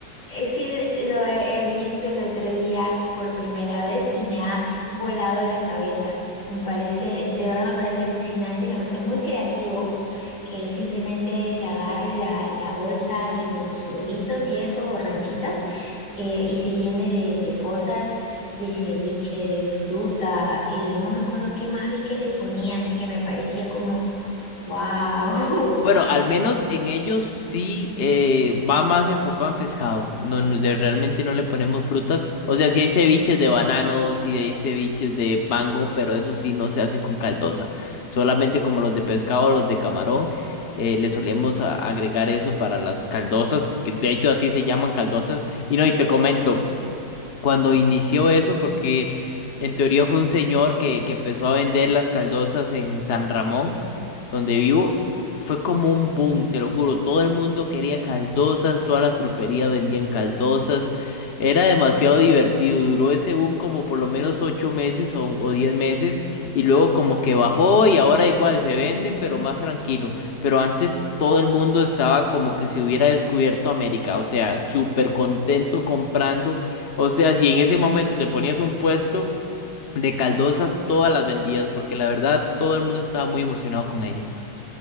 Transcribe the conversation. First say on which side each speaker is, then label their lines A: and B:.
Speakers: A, on the left; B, on the left.
A: Eh, sí, lo he he visto el otro día que por primera vez y me ha volado la cabeza. Me parece, de verdad me parece alucinante, me parece muy creativo que simplemente se agarre la, la bolsa de los doritos y eso, o ranchitas, eh, y se llene de, de cosas de ceviche, de fruta, eh, no me acuerdo qué más vi que le ponían, que me parecía como, wow.
B: Bueno,
A: <laughs>
B: al menos en ellos sí eh, va más enfocado en pescado. No, no, de- realmente no le ponemos frutas. O sea, sí hay ceviches de banano, sí hay ceviches de mango, pero eso sí no se hacen con caldosa. Solamente como los de pescado, los de camarón, eh, le solemos a- agregar eso para las caldosas, que de hecho así se llaman caldosas. Y no, y te comento cuando inició eso, porque en teoría fue un señor que, que empezó a vender las caldosas en San Ramón, donde vivo. Fue como un boom, te lo juro. Todo el mundo quería caldosas, todas las pulperías vendían caldosas. Era demasiado divertido. Duró ese boom como por lo menos ocho meses o, o diez meses. Y luego como que bajó y ahora igual se venden, pero más tranquilo. Pero antes todo el mundo estaba como que si hubiera descubierto América. O sea, súper contento comprando o sea, si en ese momento te ponías un puesto de caldosas, todas las vendías, porque la verdad todo el mundo estaba muy emocionado con ello.